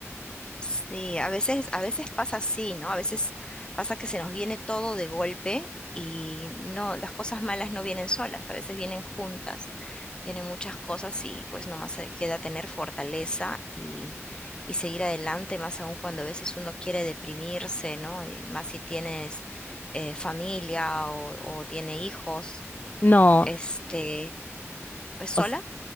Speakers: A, on the left; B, on the left.
A: Sí, a veces, a veces pasa así, ¿no? A veces pasa que se nos viene todo de golpe y no, las cosas malas no vienen solas, a veces vienen juntas, vienen muchas cosas y pues nomás se queda tener fortaleza y, y seguir adelante, más aún cuando a veces uno quiere deprimirse, ¿no? Y más si tienes eh, familia o, o tiene hijos,
B: No,
A: este, es sola,
B: o s-